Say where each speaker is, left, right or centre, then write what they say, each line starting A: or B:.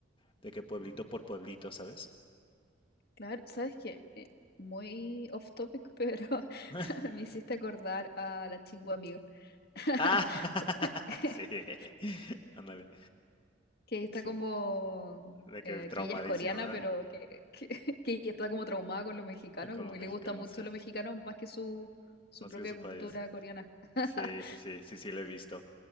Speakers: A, on the left; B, on the left.
A: de que pueblito por pueblito, ¿sabes?
B: Claro, ¿sabes qué? Eh, muy off topic, pero <laughs>
A: <laughs>
B: me hiciste acordar a la chingua amiga. <laughs>
A: Ah, <laughs>
B: Cu- <laughs>
A: sí, ándale,
B: Que está
A: sí,
B: como.
A: de
B: eh,
A: que traumadísimo,
B: que ella es coreana,
A: ¿eh?
B: pero que, que, <laughs> que ella está como traumada con lo mexicano,
A: Con
B: como
A: los
B: que
A: mexicanos,
B: le gusta mucho
A: sí,
B: lo mexicano más que su, su
A: más
B: propia
A: que su
B: cultura
A: país.
B: coreana. <laughs>
A: Sí, sí, sí, sí, sí, lo he visto.